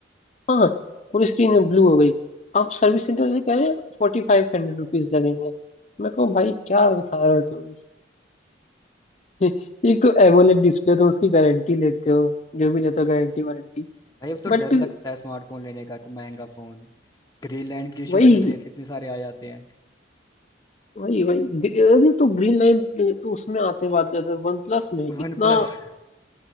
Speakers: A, on the left; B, on the left.
A: हाँ पूरी स्क्रीन ब्लू हो गई अब सर्विस सेंटर से कह रहे हैं फोर्टी फाइव हंड्रेड रुपीज लगेंगे मैं कहूँ भाई क्या बता रहे हो तुम <laughs> एक तो एमोलेड डिस्प्ले तो उसकी गारंटी लेते हो जो भी लेते हो गारंटी वारंटी
B: भाई अब तो
A: बट
B: डर लगता है स्मार्टफोन लेने का कि महंगा फोन ग्रीनलैंड के इश्यूज
A: वही
B: में इतने इतने सारे आ जाते हैं
A: वही वही ग्री- अरे तो ग्रीन लाइन तो उसमें आते बात कर वन प्लस में इतना
B: One plus